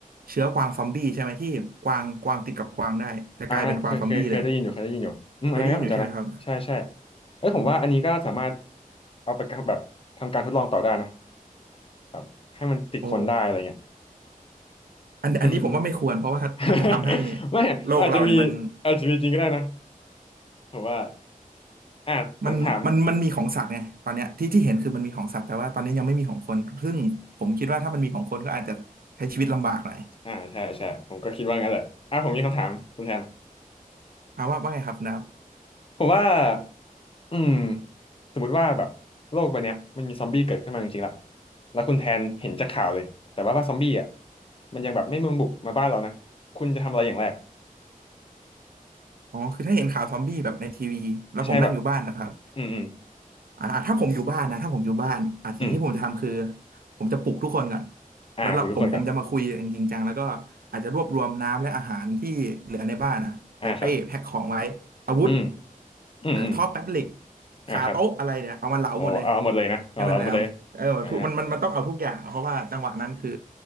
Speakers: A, on the right (about 85°); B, on the left (about 40°).
A: เชื้อกวางซอมบี้ใช่ไหมที่กวางกวางติดกับกวางได้แต่กลายเป็นกวางซอมบี้เลย
B: อ่าเคยเคยเคยได้ยินอยู่เคยได้ยินอยู่อืมอันนั้นก็สนใจนะใช่ใช่
A: เคยได้ยินอยู่ใช่ไหมครับ
B: เอ้ยผมว่าอันนี้ก็สามารถเอาไปกับแบบทำการทดลองต่อได้นะแบบให้มันติดคนได้อะไรเงี้ย
A: โอ้อันอันนี้ผมว่าไม่ควรเพราะว่ามันจะทำให้
B: อืมอืม <laughs> ไม่มันอาจจะมี
A: โลกเราเนี่ยมัน
B: อาจจะมีจริงก็ได้นะผมว่าอ่าผมถาม
A: มันมันมันมีของสัตว์ไงตอนเนี้ยที่ที่เห็นคือมันมีของสัตว์แต่ว่าตอนนี้ยังไม่มีของคนซึ่งผมคิดว่าถ้ามันมีของคนก็อาจจะใช้ชีวิตลำบากหน่อย
B: อ่าใช่ใช่ผมก็คิดว่างั้นแหละอ่าผมมีคำถามคุณแทน
A: เอาว่าว่าไงครับนะครับ
B: ผมว่าอืมสมมุติว่าแบบโลกใบเนี้ยมันมีซอมบี้เกิดขึ้นมาจริงๆละแล้วคุณแทนเห็นจากข่าวเลยแต่ว่าว่าซอมบี้อ่ะมันยังแบบไม่มาบุกมาบ้านเรานะคุณจะทำอะไรอย่างแรก
A: อ๋อคือถ้าเห็นข่าวซอมบี้แบบในทีวีแล้วผมนั่งอยู่บ้านนะครับ
B: ใช่แบบอืมอืม
A: อ่าถ้าผมอยู่บ้านนะถ้าผมอยู่บ้านอ่าสิ่งที่ผมจะทำคือ
B: อืม
A: ผมจะปลุกทุกคนก่อน
B: อ่าผมทุกคนก่อน
A: แล้วเราผมผมจะมาคุยกันจริงจังแล้วก็อาจจะรวบรวมน้ำและอาหารที่เหลือในบ้านนะใส่เป้แพ็คของไว้อาวุธ
B: อ่าครับอืมอืมอืม
A: เอ่อท่อแป๊บเหล็ก
B: อ่าครับ
A: คาโต๊ะอะไรเนี่ยเอามันเหลาหมดเลย
B: โอ้เอาเอาหมดเลยนะเอาเราหมดเลย
A: ให้มันแหลมเออทุกมันมันมันต้องเอาทุกอย่างอะเพราะว่าจังหวะนั้นคือ
B: อ่า